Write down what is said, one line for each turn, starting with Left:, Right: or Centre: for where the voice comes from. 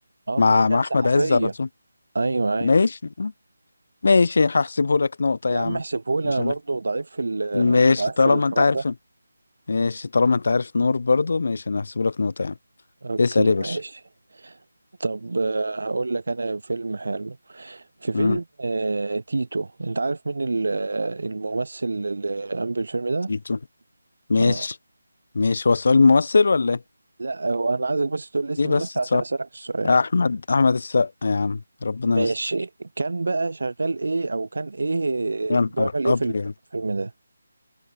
Right: اه
Left: مع
Right: ما هي كانت
Left: مع احمد
Right: صحفية
Left: عز على طول
Right: ايوه ايوه
Left: ماشي ماشي هحسبه لك نقطه
Right: يا
Left: يا
Right: عم
Left: عم
Right: احسبهولي
Left: مش
Right: انا برضو
Left: انا
Right: ضعيف في ال-
Left: ماشي
Right: ضعيف
Left: طالما
Right: في الحوار
Left: انت عارف
Right: ده
Left: ماشي طالما انت عارف نور برضو ماشي انا هحسب لك نقطة يعني
Right: اوكي
Left: اسأل يا باشا
Right: ماشي طب آه، هقول لك انا فيلم حلو في فيلم
Left: مم.
Right: آه، تيتو انت عارف مين ال- آه، الممثل اللي قام بالفيلم ده
Left: تيتو ماشي
Right: اه
Left: ماشي هو سؤال ممثل ولا ايه؟
Right: لا هو انا عايزك بس تقول لي اسم
Left: ليه
Right: الممثل
Left: بس
Right: عشان
Left: صعب
Right: اسالك السؤال
Left: احمد احمد السقا يا عم ربنا
Right: ماشي
Left: يستر
Right: كان بقى شغال ايه او كان ايه
Left: يا نهار
Right: بيعمل ايه
Left: ابيض
Right: في الفيلم ده